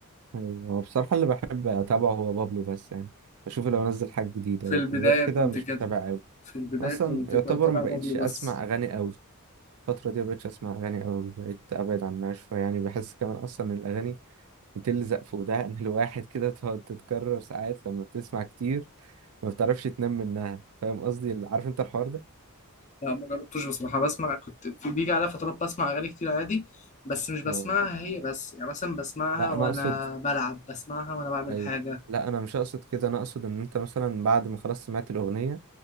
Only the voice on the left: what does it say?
في
البداية
كنت
كده
في البداية
كنت
بتابع
بابلو
بس
لا ما جربتوش بصراحة بسمع كنت في بيجي عليا فترات بسمع أغاني كتير عادي بس مش بسمعها
هي بس يعني مثلا بسمعها
وأنا
بلعب بسمعها وأنا بعمل
حاجة